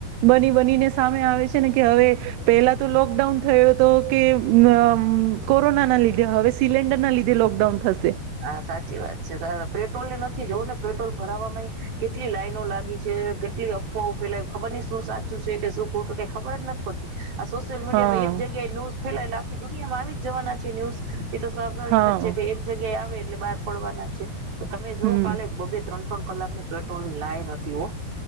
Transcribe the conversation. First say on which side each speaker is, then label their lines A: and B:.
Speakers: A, on the right; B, on the right.
A: બની બનીને સામે આવે છે ને કે હવે પેહલા તો લોકડાઉન થયો હતો કે અમ કોરોનાના લીધે હવે સિલન્ડરના લીધે લોકડાઉન થશે.
B: હા સાચી વાત છે તારા પેટ્રોલની ન થી જોવોને પેટ્રોલ ભરાવા માય કેટલી લાઈનો લાગી છે કેટલી અફવાઓ ફેલાવી ખબર નઈ શું સાચું છે કે શું ખોટું કઈ ખબર જ નથ પડતી. આ સોશિયલ મીડિયામાં
A: હા
B: એક જગ્યા ન્યૂઝ ફેલાય એટલે દુનિયામાં આવી જ જવાના છે ન્યુઝ એ તો સ્વાભાવિક
A: હા
B: જ છેે કે એક જગ્યાએ આવ એટલે બહાર પડવાના છે. તમે જોઓ
A: હમ
B: કાલે બ બેે ત્રણ ત્રણ કલાકની પેટ્રોલની લાઈન હતી હો